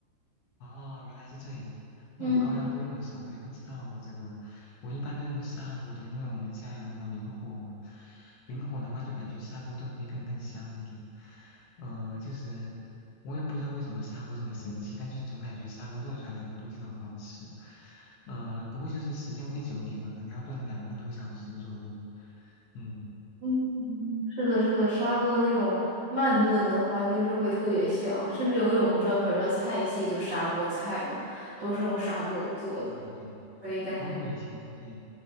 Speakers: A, on the left; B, on the right.
A: 哦，原来是这样。那我高压锅用的时候，
B: 嗯。
A: 我还不知道这个，我一般都用砂锅炖，因为我们家有那个明火嘛。明火的话，就感觉砂锅炖会更更香一点。呃，就是我也不知道为什么砂锅这么神奇，但就是总感觉砂锅炖出来的很多东西都很好吃。呃，不过就是时间会久一点嘛，可能要炖两个多小时左右。嗯。
B: 嗯，是的，是的，砂锅那种慢炖的话，就是会特别香，甚至有一种专门儿的菜系，就砂锅菜嘛，都是用砂锅做的，
A: 对对对，
B: 所以感觉，
A: 包括以前对，